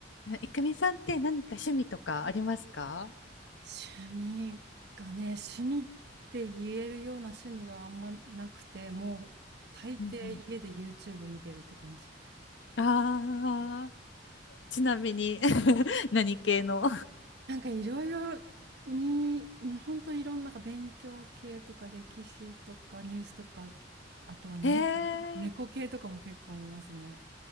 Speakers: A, on the left (about 80°); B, on the right (about 65°).
A: えいくみさんって何か趣味とかありますか
B: 趣味がね、趣味って言えるような趣味があんまなくて、もう大抵家で
A: うんうん
B: YouTube 見てるって感じ。
A: ああー、ちなみに <laughs> 何系の
B: なんかいろいろ見、もうほんといろんななんか勉強系とか歴史とかニュースとか、あとは猫、
A: へえ、
B: 猫系とかも結構見ますね。